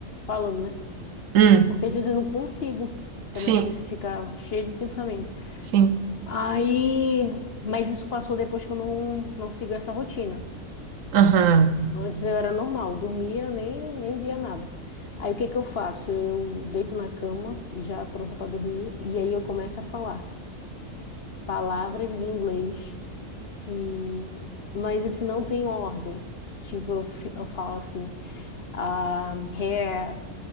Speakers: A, on the left; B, on the right.
A: Falando, né?
B: hum.
A: Porque às vezes eu não consigo. Até
B: Sim,
A: minha cabeça fica cheia de pensamento.
B: sim.
A: Aí. Mas isso passou depois que eu não, não sigo essa rotina.
B: Aham.
A: Antes eu era normal, dormia, nem, nem via nada. Aí o que que eu faço? Eu deito na cama, já pronta para dormir, e aí eu começo a falar palavras em inglês, e mas assim, não tem ordem. Tipo, eu, fi- eu falo assim, ah, hair,